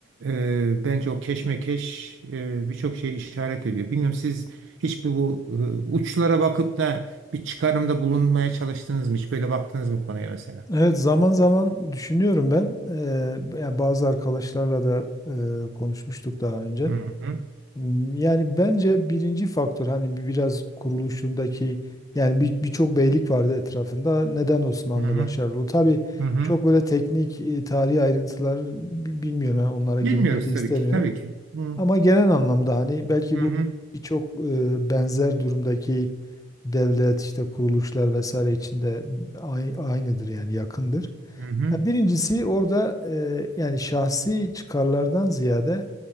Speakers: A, on the right; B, on the left.
A: e, bence o keşmekeş e, birçok şeyi işaret ediyor. Bilmiyorum siz hiç bu, bu e, uçlara bakıp da bir çıkarımda bulunmaya çalıştınız mı? Hiç böyle baktınız mı konuya mesela?
B: Evet zaman zaman düşünüyorum ben. Eee, yani bazı arkadaşlarla da eee, konuşmuştuk daha önce.
A: Hı hı.
B: Hmm, Yani bence birinci faktör hani bi- biraz kuruluşundaki yani bir- birçok beylik vardı etrafında. Neden Osmanlı
A: Hı hı.
B: başarılı? Tabii
A: Hı hı.
B: çok böyle teknik e, tarihi ayrıntılar bi- bilmiyorum. Yani onlara
A: Bilmiyoruz
B: girmek de istemiyorum.
A: tabii ki. Tabii ki. Hı
B: Ama genel anlamda hani belki
A: hı
B: bu
A: hı
B: birçok e, benzer durumdaki devlet işte kuruluşlar vesaire içinde ay- aynıdır yani yakındır.
A: hı hı.
B: Ya Birincisi orada e, yani şahsi çıkarlardan ziyade